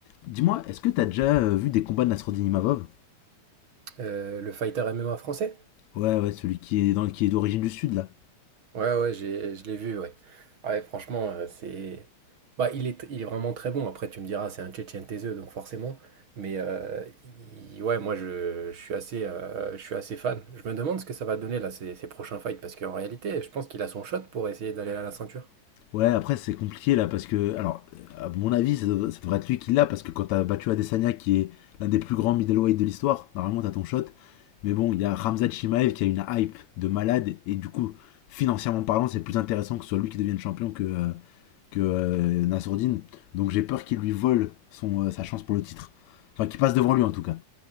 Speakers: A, on the left (about 70°); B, on the right (about 40°).
A: Dis-moi, est-ce que t'as déjà euh, vu des combats de Nasruddin Imavov?
B: Euh, le fighter MMA français?
A: Ouais, ouais, celui qui est dans, qui est d'origine du Sud, là.
B: Ouais, ouais, j'ai, je l'ai vu, ouais. Ouais, franchement, euh, c'est. Bah, il est, il est vraiment très bon. Après, tu me diras, c'est un Tchétchène taiseux, donc forcément. Mais euh, il- ouais, moi, je, je suis assez, euh, je suis assez fan. Je me demande ce que ça va donner, là, ces, ces prochains fights. Parce qu'en réalité, je pense qu'il a son shot pour essayer d'aller à la ceinture.
A: Ouais, après, c'est compliqué, là, parce que... Alors, euh, à mon avis, ça devrait, ça devrait être lui qui l'a, parce que quand t'as battu Adesanya, qui est l'un des plus grands middleweight de l'histoire, normalement, t'as ton shot. Mais bon, il y a Ramzat Chimaev qui a une hype de malade, et du coup, financièrement parlant, c'est plus intéressant que ce soit lui qui devienne champion que, euh, que euh, Nasruddin. Donc j'ai peur qu'il lui vole son, euh, sa chance pour le titre. Enfin, qu'il passe devant lui, en tout cas.